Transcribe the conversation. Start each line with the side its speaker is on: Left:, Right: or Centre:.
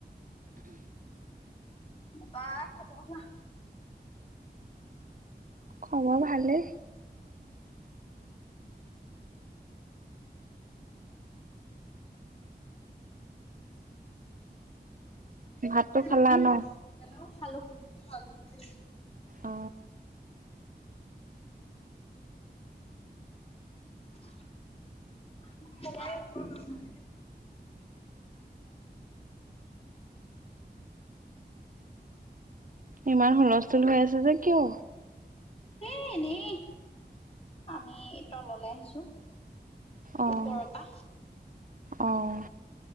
Left: তাপা খবৰ কোৱা?
Right: খবৰ ভালেই ভাতটো খালা
Left: বাকি
Right: ন?
Left: <inaudible> ধন্যবাদ
Right: অ
Left: <inaudible> ত <unintelligible>
Right: ইমান হুলস্থুল হৈ আছে যে কিয়?
Left: এ এনেই আমি তললে আহিছো।
Right: অঁ
Left: ওপৰৰ পৰা
Right: অঁ